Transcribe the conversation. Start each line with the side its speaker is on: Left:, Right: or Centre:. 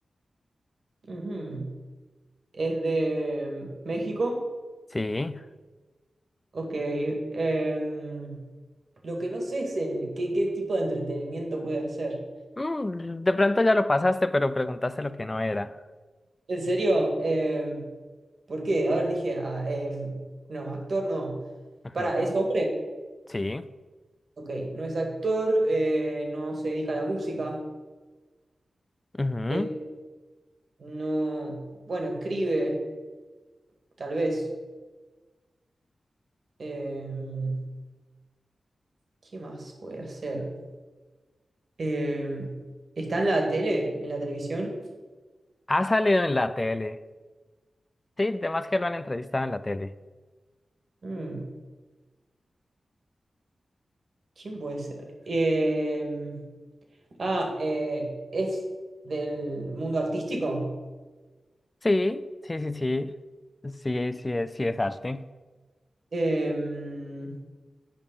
Right: ujú. ¿Es de México?
Left: Sí.
Right: Ok. em, lo que no sé es el, qué, qué tipo de entretenimiento puede hacer.
Left: Mm, de pronto ya lo pasaste, pero preguntaste lo que no era.
Right: En serio, em, ¿por qué? A ver, dije, ah, em, no, actor no.
Left: Ujú,
Right: Para, ¿es hombre?
Left: Sí.
Right: Ok, no es actor, eh, no se dedica a la música,
Left: ujú.
Right: eh, no, bueno, escribe, tal vez. Em, ¿qué más puede hacer? Em, ¿está en la tele, en la televisión?
Left: Ha salido en la tele. Sí, de que lo han entrevistado en la tele.
Right: Mm. ¿Quién puede ser? Em, ah, eh, es del mundo artístico.
Left: Sí, sí, sí, sí. Sí, sí, es, sí es arte.
Right: Em,